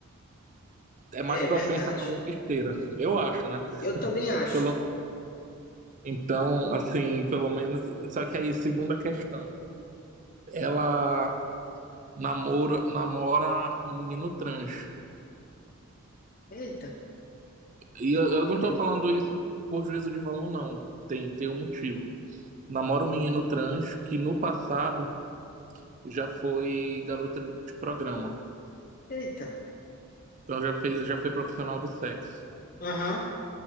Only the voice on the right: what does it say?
é mais
propensa
a fazer besteira, eu acho, né?
Pelo... Então, assim, pelo menos. Só que aí, segunda questão. Ela namora, namora um menino trans.
E eu, eu não tô
falando isso por juízo de valor, não. Tem, tem um motivo. Namora um menino trans que no passado já foi garota de programa.
Então já fez, já foi profissional do sexo.